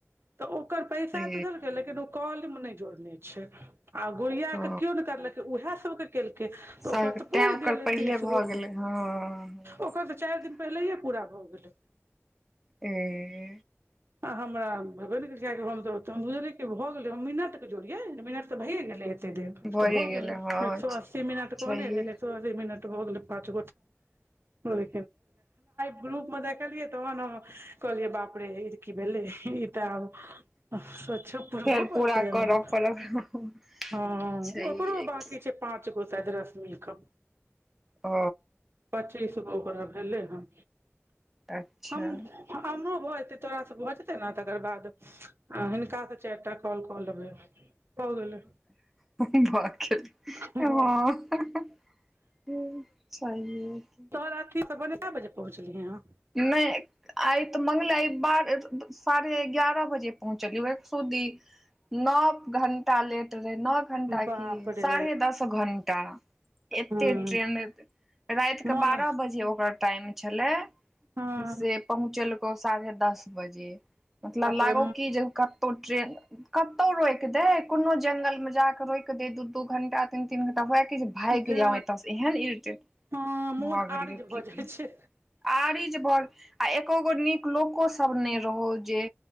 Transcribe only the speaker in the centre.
ई
ओ
सभ
तैँ ओकर
पहिले
भऽ
गेलै हँ।
ए
भए
हँ
छैहे
फेर
पूरा
करऽ
पड़त
छैहे
की
अ
अच्छा
ब व
<unintelligible> छैहे कि
नहि आइ तऽ मंगल आइ बारह साढ़े एगारह बजे पहुँचलियौ एक सूदी। नौ घंटा लेट रहे नौ घण्टा
कि
साढ़े दस घंटा
एतेक ट्रेन राति
कऽ बारह बजे ओकर टाइम छलै
से पहुँचेलकौ साढ़े दस बजे मतलब
लागो
कि जे कत ओ ट्रेन। कतौ रोकि देय कोनो जंगलमे जा कऽ रोकि दै दू दू घंटा तीन तीन घंटा हुए कि ज भागि
जाउ एतसँ एहन इरिटेट
भऽ गेलियौ
की
कहियौ
आर इजे बर आ एको गो नीक लोको सभ नइ एलौ जे